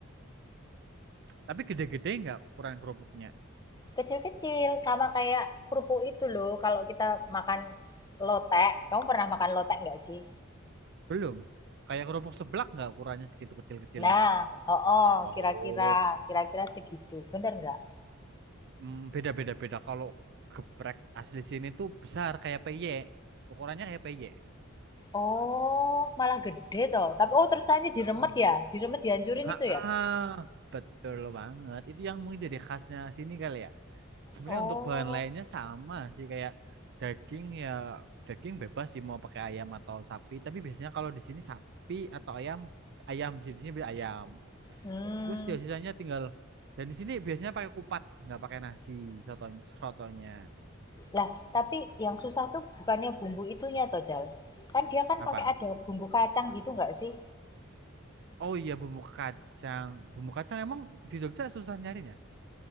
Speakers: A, on the right (about 55°); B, on the left (about 20°).
A: Tapi gede-gede nggak ukuran kerupuknya?
B: kecil-kecil sama kayak kerupuk itu loh. Kalau kita makan lotek, kamu pernah makan lotek nggak sih?
A: Belum. Kayak kerupuk seblak nggak ukurannya segitu kecil-kecilnya?
B: Nah, oh, oh,
A: Oh,
B: kira-kira, kira-kira segitu. Bener nggak?
A: Mm, Beda-beda beda. Kalau geprek asli sini tuh besar kayak peyek. Ukurannya kayak peyek.
B: Oh, malah gede toh. Tapi oh terus ini diremet
A: Heeh.
B: ya? Diremet dihancurin
A: Heeh,
B: itu
A: Ah,
B: ya?
A: betul banget. Itu yang mungkin jadi khasnya sini kali ya. Sebenarnya
B: Oh,
A: untuk bahan lainnya sama sih kayak daging ya daging bebas sih mau pakai ayam atau sapi. Tapi biasanya kalau di sini sapi atau ayam ayam sih di sini beli ayam.
B: hmm.
A: Terus ya sisanya tinggal dan di sini biasanya pakai kupat nggak pakai nasi sotonya sotonya
B: Lah, tapi yang susah tuh bukannya bumbu itunya toh, Jal. Kan dia kan
A: apa?
B: pakai ada bumbu kacang gitu nggak sih?
A: Oh iya bumbu kacang bumbu kacang emang di Jogja susah nyarinya.